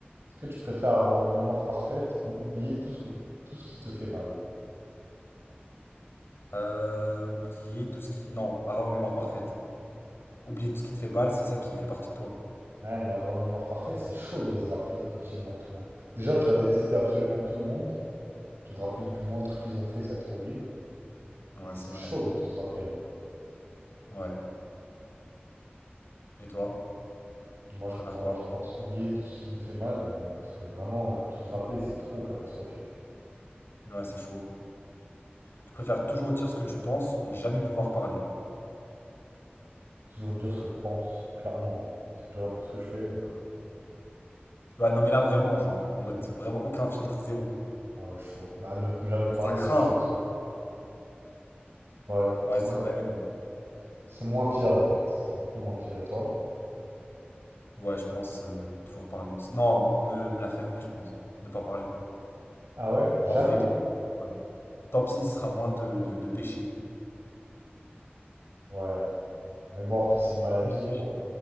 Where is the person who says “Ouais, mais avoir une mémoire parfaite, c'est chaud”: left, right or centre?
Right